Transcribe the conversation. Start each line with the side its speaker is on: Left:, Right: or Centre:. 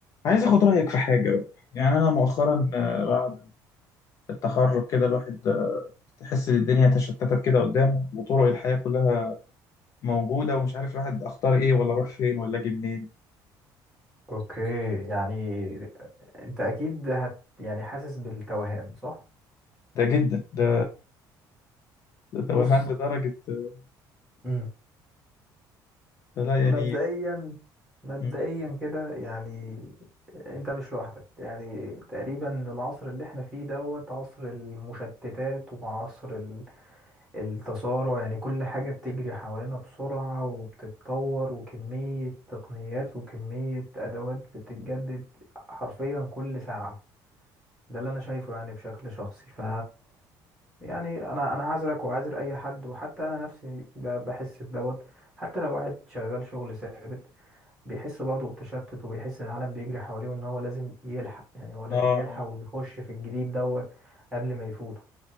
Left: عايز اخد رايك في حاجه بقى يعني انا مؤخرا آه، بعد التخرج كده الواحد آه، تحس ان الدنيا تشتتت كده قدامه وطرق الحياه كلها موجوده ومش عارف الواحد اختار ايه ولا اروح فين ولا اجي منين
Centre: اوكي يعني انت اكيد هت يعني حاسس بالتوهان صح
Left: ده جدا ده ده توهان
Centre: بص
Left: لدرجه آه،
Centre: مم.
Left: فلا
Centre: مبدئيا
Left: يعني
Centre: مبدئيا
Left: مم.
Centre: كده يعني انت مش لوحدك يعني تقريبا العصر اللي احنا فيه دوت عصر المشتتات وعصر ال- التسارع يعني كل حاجة بتجري حوالينا بسرعة وبتتطور وكمية تقنيات وكمية ادوات بتتجدد حرفيا كل ساعة ده اللي انا شايفه يعني بشكل شخصي ف يعني انا انا عذرك وعذر اي حد وحتى انا نفسي ب- بحس بدوت حتى لو واحد شغال شغل ثابت بيحس برضه بتشتت وبيحس ان العالم بيجري حواليه وان هو لازم يلحق يعني هو لازم
Left: اه
Centre: يلحق ويخش في الجديد دوت قبل ما يفوته